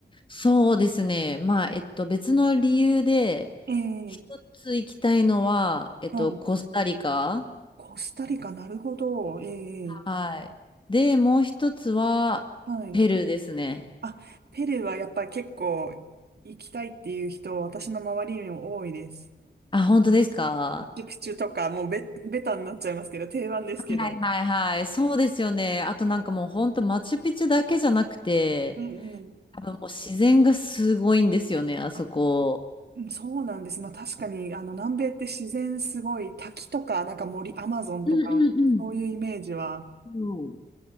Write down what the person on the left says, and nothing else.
そうですね。まあ、えっと、別の理由で、
一つ行きたいのは、えっと、
コスタリカ。
はい。で、もう一つは、
ペルーですね。
あ、本当ですか
はいはいはい。そうですよね。あとなんかもう本当マチュピチュだけじゃなくて、
多分もう自然がすごいんですよね、あそこ。
うんうん
うん。うん。